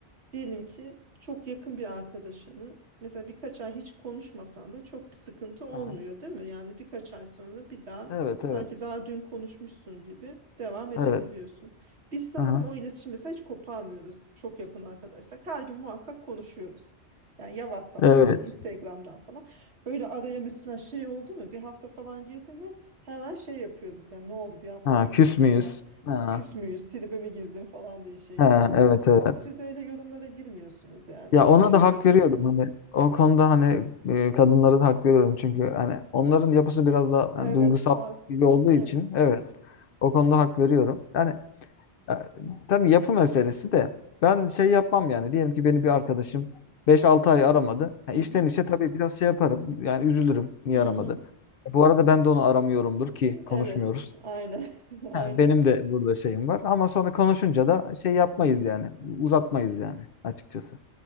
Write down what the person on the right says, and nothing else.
diyelim ki çok yakın bir arkadaşını mesela birkaç ay hiç konuşmasan da çok bir sıkıntı olmuyor
değil mi? Yani birkaç ay sonra bir daha
sanki
daha dün konuşmuşsun gibi devam edebiliyorsun.
Biz sanırım
o iletişim mesela hiç koparmıyoruz çok yakın arkadaşsak. Her gün muhakkak konuşuyoruz. Yani ya WhatsApp'tan
ya Instagram'dan falan. Böyle araya mesela şey oldu mu bir hafta falan girdi mi hemen şey yapıyoruz. Yani ne oldu bir haftada
niye
şey
ya
küs müyüz tribe mi girdin falan diye şey
yapıyoruz
ama
siz öyle yorumlara girmiyorsunuz yani.
Düşünmüyorsun.
Evet
fark.
Evet.
Hı
hı.
Hı
hı.
Evet. Aynen. <laughs> Aynen.